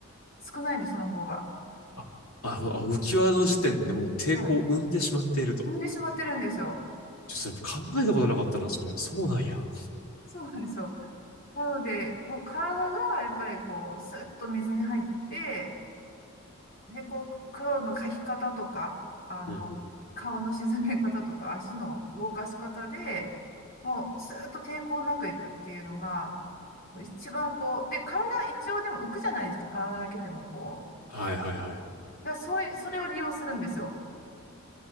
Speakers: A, on the left; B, on the left.
A: 少ないんで、その方が。
B: あ、ああ浮き輪の時点でもう抵抗を生んでしまっていると。
A: はい。踏んでしまってるんですよ。
B: ちょっとそれ考えたことなかったな、それ。そうなんや。
A: そうなんですよ。なので、もう体がやっぱりこう、スッと水に入って、で、こう、黒の描き方とか、あの、
B: うんうん。
A: 顔の沈め方とか、足の動かし方で、もう、スーッと抵抗なくいくっていうのが、もう一番こう、で、体一応でも浮くじゃないですか、体だけでもこう。
B: はいはいはいはい。
A: だからそういう、それを利用するんですよ。